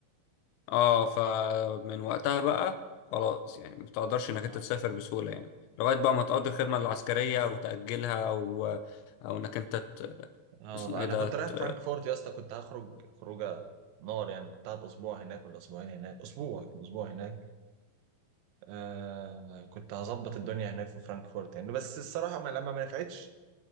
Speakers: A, on the left (about 85°); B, on the right (about 85°).
A: اه فمن وقتها بقى خلاص يعني ما بتقدرش انك
B: اه
A: انت تسافر بسهوله يعني لغايه بقى ما تقضي الخدمه العسكريه او تاجلها او او انك انت ت...
B: آه
A: اسمه
B: والله
A: ايه
B: أنا
A: ده
B: كنت
A: ت...
B: رايح فرانكفورت يا اسطى كنت هخرج خروجة نار يعني كنت قاعد أسبوع هناك ولا أسبوعين هناك أسبوع كان أسبوع هناك آه كنت هظبط الدنيا هناك في فرانكفورت يعني بس الصراحة ما لما ما نفعتش